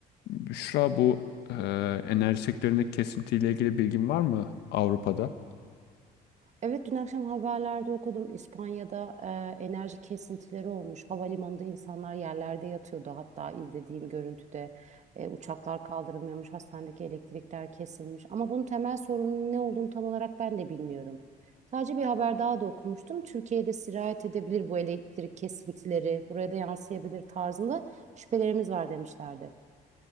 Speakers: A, on the left; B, on the right.
A: Büşra bu e, enerji sektöründeki kesintiyle ilgili bilgin var mı Avrupa'da?
B: Evet dün akşam haberlerde okudum. İspanya'da e, enerji kesintileri olmuş. Havalimanında insanlar yerlerde yatıyordu. Hatta izlediğim görüntüde e, uçaklar kaldırılmıyormuş. Hastanedeki elektrikler kesilmiş. Ama bunun temel sorunun ne olduğunu tam olarak ben de bilmiyorum. Sadece bir haber daha da okumuştum. Türkiye'de sirayet edebilir bu elektrik kesintileri. Buraya da yansıyabilir tarzında şüphelerimiz var demişlerdi.